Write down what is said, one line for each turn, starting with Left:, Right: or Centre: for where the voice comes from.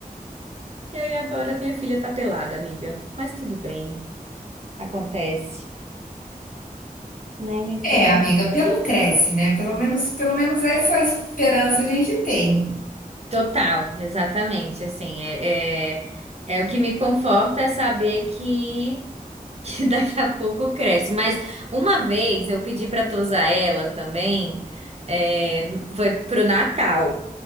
Right: E aí agora minha filha tá pelada, amiga. Mas tudo bem, acontece, né, minha filha?
Left: É, amiga, pelo cresce, né? Pelo menos, pelo menos essa esperança a gente tem.
Right: Total, exatamente, assim, é, é, é o que me conforta é saber que, <laughs> que daqui a pouco cresce, mas uma vez eu pedi para tosar ela também, é, foi pro Natal,